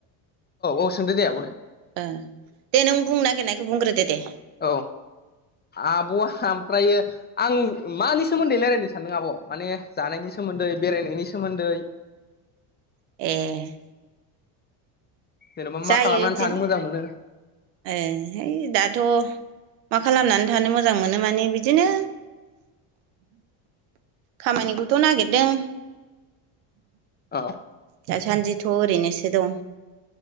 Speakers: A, on the left (about 20°); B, on the right (about 80°).
A: औ सोंदो दे आब' दे।
B: ओ दे नों बुंनो नागिरनायखौ बुंग्रोदो दे।
A: औ आब'आ आमफ्रायो। आं मानि सोमोन्दै रायलायनो सानदों आब' माने जानायनि सोमोन्दै बेरायनायनि सोमोन्दै।
B: ए।
A: जेनेबा
B: जायो
A: मा खालामनानै
B: दिन
A: थानो मोजां मोनो?
B: ए है दाथ'। मा खालामनानै थानो मोजां मोनो माने बिदिनो। खामानिखौथ' नागितदों
A: औ
B: दासान्दिथ' ओरैनोसो दं।